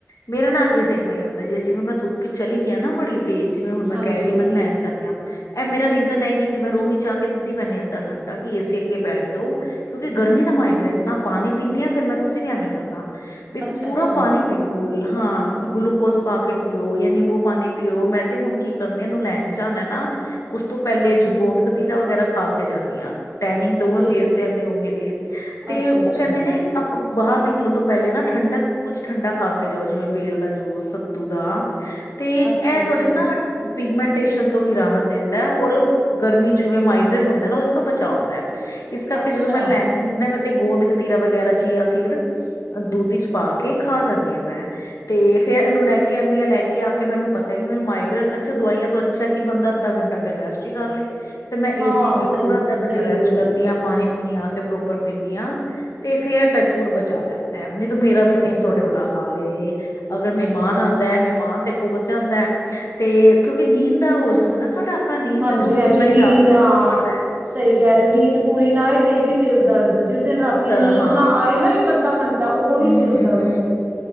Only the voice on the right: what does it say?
ਹਾਂਜੀ
ਅੱਛਾ
ਅੱਛਾ
ਹਾਂਜੀ
ਠੀਕ
ਹੈ
ਅੱਛਾ
ਅੱਛਾ
ਅੱਛਾ ਅੱਛਾ
ਅੱਛਾ
ਹਾਂ
ਸਹੀ
ਸਹੀ
ਗੱਲ
ਹੈ
ਓਕੇ
ਅੱਛਾ
ਅੱਛਾ
ਹਾਂਜੀ
ਹਾਂਜੀ
ਨੀਂਦ
ਹਾਂ
ਸਹੀ ਕਹਿ ਰਹੇ, ਨੀਂਦ ਪੂਰੀ ਨਾਏ ਤੇ ਵੀ ਸਿਰ <unintelligible> ਜਿਸ ਦਿਨ ਰਾਤੀ
ਨੀਂਦ
ਨਾ ਆਏ ਨਾ ਇੱਕ ਅੱਧਾ ਘੰਟਾ, ਉਹ ਵੀ
ਸਿਰ
ਦਰਦ